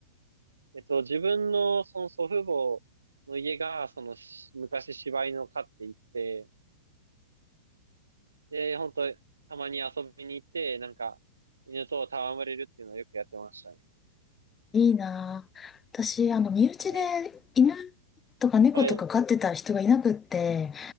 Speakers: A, on the right (about 90°); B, on the left (about 20°).
A: えっと、自分のその祖父母の家が、そのし昔柴犬を飼っていて、で、本当たまに遊びに行って、なんか、犬と戯れるっていうのをよくやってましたね。
B: いなぁ私、あの、身内で犬
A: はい。
B: とか猫とか飼ってた人がいなくって、
A: はい。